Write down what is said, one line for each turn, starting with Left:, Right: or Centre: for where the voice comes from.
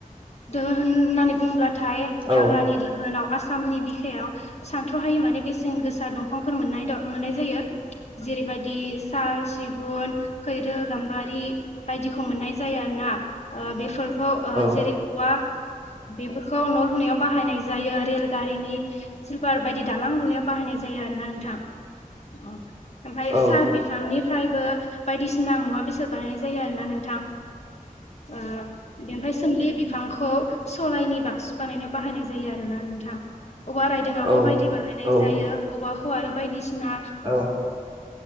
Left: दोहोन होननानै बुंब्लाथाय
Right: औ
Left: हाग्रानि दोहोनाव आसामनि बिखायाव सानथ्र'हायि माने बेसेन गोसा दंफांफोर मोननाय द' मोननाय जायो। जेरैबायदि साल सिगुन खैरो गाम्बारि बायदिखौ मोननाय जायो आरो ना ओ बेफोर खौ ओ
Right: औ
Left: जेरै औवा बेफोरखौ न' लुनायाव बाहायनाय जायो रेलगारिनि सिलभार बायदि दालां लुनायाव बाहायनाय जायो आरोना नोंथां‌अ ओमफाय
Right: औ
Left: साल बिफांनि फफ्रायबो बायदिसिना मुवा बेसाद बानायनाय जायो आरोना नोंथां। ओ बेनिफ्राय सोमलि बिफांखौ सरायनि बाक्सि बानायनाय बाहायनाय जायो आरो ना नोंथां। बो
Right: औ
Left: बायदि बाहायनाय
Right: औ
Left: जायो औवाखौ आरो बायदिसिना
Right: औ